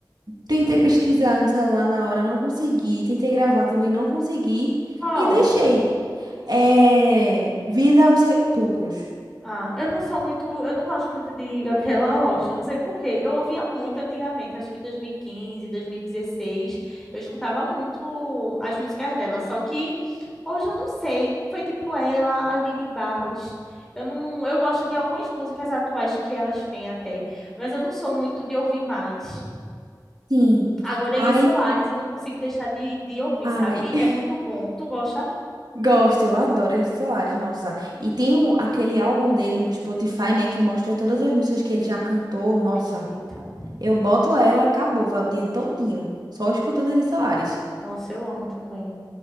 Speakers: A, on the right; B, in the centre.
A: Tentei
B: Hum.
A: pesquisar no celular na hora, não consegui. Tentei gravar também, não consegui.
B: Qual?
A: E deixei. É... Vida aos Sepulcros.
B: Ah, eu não sou muito, eu não gosto muito de Gabriela <laughs> Rocha, eu não sei por quê. Eu ouvia muito antigamente, acho que 2015, 2016, eu escutava muito as músicas dela, só que hoje eu não sei, foi tipo ela, Aline Barros. Eu não, eu gosto de algumas músicas atuais que elas têm até, mas eu não sou muito de ouvir mais.
A: Sim.
B: Agora,
A: Ai,
B: Elis Soares, eu não consigo deixar de, de ouvir,
A: ai.
B: sabe?
A: <laughs>
B: É muito bom. Tu gosta?
A: Gosto, eu adoro Elis Soares, nossa. E tem o- aquele álbum dele no Spotify, né, que mostra todas as músicas que ele já cantou. Nossa.
B: Perfeita.
A: Eu boto ela, acabou, vai o dia todinho, só escutando Eli Soares.
B: Nossa, eu amo também.